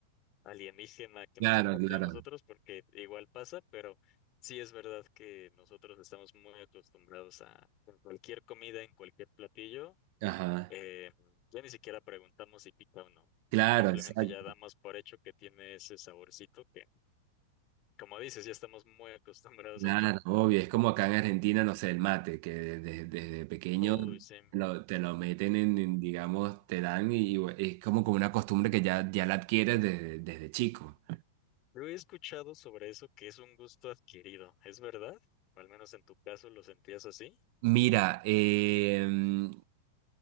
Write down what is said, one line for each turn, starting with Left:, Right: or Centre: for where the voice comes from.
Left: alienígena que
Right: Claro,
Left: no sea parte
Right: claro.
Left: de nosotros, porque igual pasa, pero sí es verdad que nosotros estamos muy acostumbrados a en cualquier comida, en cualquier platillo,
Right: Ajá.
Left: eh, ya ni siquiera preguntamos si pica o no.
Right: Claro,
Left: Simplemente
Right: exacto.
Left: ya damos por hecho que tiene ese saborcito que, como dices, ya estamos muy acostumbrados
Right: Claro,
Left: acá.
Right: obvio. Es como acá en Argentina, no sé, el mate, que de- de- desde pequeño
Left: Uy, sí.
Right: lo- te lo meten en, en, digamos, te dan y, bueno, es como con una costumbre que ya, ya la adquieres desde, desde chico.
Left: Yo he escuchado sobre eso que es un gusto adquirido, ¿es verdad? O al menos en tu caso lo sentías así.
Right: Mira, em,